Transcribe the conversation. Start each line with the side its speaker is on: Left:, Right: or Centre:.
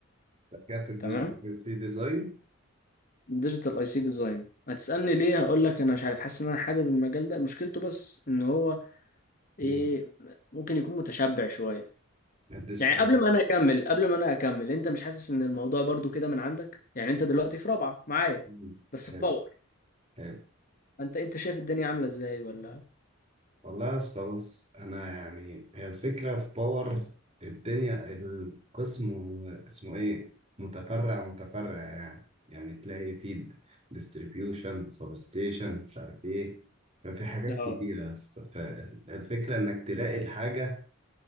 Right: رجعت الديجيتال
Left: تمام
Right: في ديزاين
Left: ديجيتال اي سي ديزاين هتسألني ليه هقول لك أنا مش عارف حاسس إن أنا حابب المجال ده مشكلته بس إن هو ايه
Right: مم.
Left: ممكن يكون متشبع شوية
Right: الديجيتال
Left: يعني قبل ما انا اكمل قبل ما انا اكمل انت مش حاسس ان الموضوع برضو كده من عندك يعني انت دلوقتي في رابعة معايا
Right: مم.
Left: بس
Right: حلو
Left: في باور
Right: حلو
Left: انت انت شايف الدنيا عاملة ازاي ولا
Right: والله يا اسطى بص انا يعني هي الفكره في باور الدنيا القسم اسمه ايه متفرع متفرع يعني يعني تلاقي في ديستريبيوشن سب ستيشن مش عارف ايه ففي حاجات
Left: اه
Right: كتيره يا اسطى فالفكره انك تلاقي الحاجه